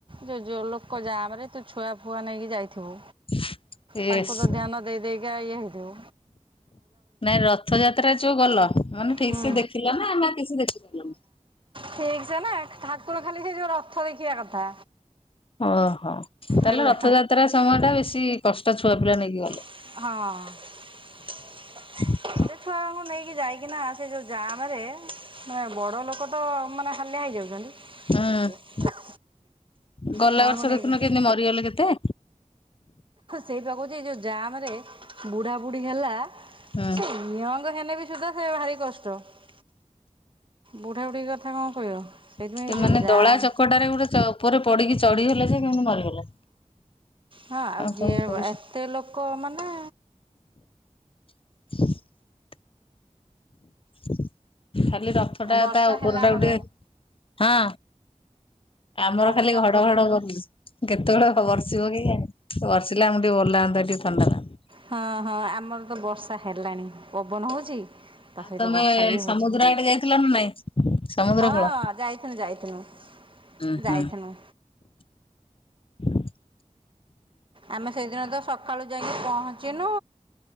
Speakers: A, on the right (about 40°); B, on the left (about 45°).
A: ଯୋଉ ଯୋଉ ଲୋକ ଜାମରେ ତୁ ଛୁଆ ଫୁଆ ନେଇକି ଯାଇଥିବୁ
B: <inaudible> ଏସ୍
A: ତାଙ୍କୁ ତ ଧ୍ୟାନ ଦେଇ ଦେଇ ଦେଇକା ଇଏ ହେଇଯିବୁ।
B: ନାଇଁ ରଥଯାତ୍ରା ଯୋଉ ଗଲ ମାନେ ଠିକ
A: ହୁଁ
B: ସେ ଦେଖିଲ ନା ନା କିଛି ଦେଖିପାରିଲନି
A: ଠିକ ସେ ନା ହାତକୁ ଖାଲି ସେ ଯୋଉ ରଥ ଦେଖିବା କଥା।
B: ଓହୋ ତାହେଲେ
A: ହେଲା
B: ରଥଯାତ୍ରା ସମୟ ଟା ବେଶୀ କଷ୍ଟ ଛୁଆ ପିଲା ନେଇକି ଗଲେ
A: ହଁ।
B: <inaudible>
A: ଛୁଆଙ୍କୁ ନେଇକି ଯାଇକିନା ସେ ଯୋଉ ଜାମ ରେ ମାନେ ବଡ ଲୋକ ତ ମାନେ ହାଲିଆ <unintelligible>
B: ହୁଁ ଗଲା
A: ଛୁଆଙ୍କୁ
B: ବର୍ଷ
A: ନେଇକି
B: ଦେଖୁନୁ କେମିତି ମରିଗଲେ କେତେ?
A: ସେଇ ପା କହୁଛି ଏଇ ଯୋଉ ଜାମ ରେ ବୁଢ଼ାବୁଢ଼ୀ ହେଲା
B: ହୁଁ
A: ସେ ନିଅଙ୍ଗ ହେବି ସୁଦ୍ଧା ସେ ଭାରି କଷ୍ଟ <unintelligible> ବୁଢା ବୁଢୀ କଥା କଣ କହିବ? ସେଇଥିପାଇଁ
B: ସେ
A: ଏଇ
B: ମାନେ
A: ଯୋଉ ଜାମ୍
B: ଦଳା ଚକଟାରେ ଗୋଟେ ଉପରେ ପଡିକି ଚଢିଗଲେ ଯେ କେମିତି ମରିଗଲେ।
A: ହଁ ଆଉ
B: କଣ
A: ଯିଏ
B: କହୁଛୁ
A: ଏତେ ଲୋକ ମାନେ
B: <inaudible> <inaudible> ଖାଲି ରଥ ଟା
A: ବର୍ଷା
B: ତା ଉପର
A: ହେଲା
B: ଟା
A: ଆମର
B: ଗୋଟେ ହଁ। ଆମର
A: ବର୍ଷା
B: ଖାଲି ଘଡ
A: ପ୍ରବଳ
B: ଘଡ କେତେବେଳ ବର୍ଷିବ କେଜାଣି ବର୍ଷିଲେ ଆମକୁ ଟିକେ ଭଲ ଲାଗନ୍ତା ଟିକେ ଥଣ୍ଡା ଲାଗନ୍ତା।
A: ହଁ ହଁ ଆମର ତ ବର୍ଷା ହେଲାଣି ପବନ ହଉଚି? ତା
B: ଆଉ
A: ସହିତ
B: ତମେ
A: ବର୍ଷା ବି ହଉଛି
B: ସମୁଦ୍ର ଆଡେ ଯାଇଥିଲ ନା ନାଇଁ ସମୁଦ୍ର
A: ହଁ
B: କୂଳ?
A: ଯାଇଥିନୁ ଯାଇଥିନୁ।
B: ହୁଁ
A: ଯାଇଥିନୁ।
B: ହୁଁ। <inaudible>
A: ଆମେ ସେଇଦିନ ତ ସକାଳୁ ଯାଇକି ପହଞ୍ଚିନୁ